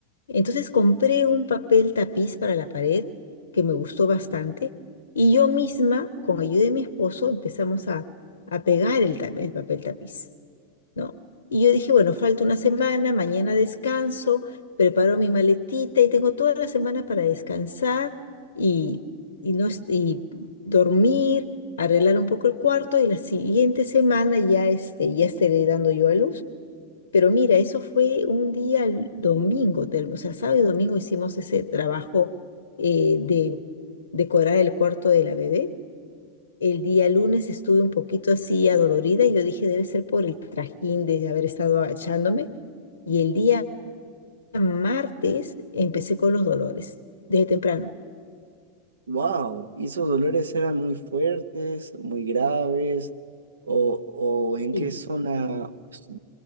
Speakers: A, on the left; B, on the right.
A: Entonces compré un papel tapiz para la pared que me gustó bastante y yo misma, con ayuda de mi esposo, empezamos a, a pegar el ta- el papel tapiz. ¿no? Y yo dije, bueno, falta una semana, mañana descanso, preparo mi maletita y tengo toda la semana para descansar y, y no, est- y dormir, arreglar un poco el cuarto y la siguiente semana ya, este, ya estaré dando yo a luz. Pero mira, eso fue un día l- domingo, te- o sea, sábado y domingo hicimos ese trabajo eh, de decorar el cuarto de la bebé. El día lunes estuve un poquito así adolorida y yo dije debe ser por el trajín de haber estado agachándome. Y el día martes empecé con los dolores, desde temprano.
B: Wow, ¿y esos dolores eran muy fuertes, muy graves? ¿O, o
A: Sí,
B: en qué zona s-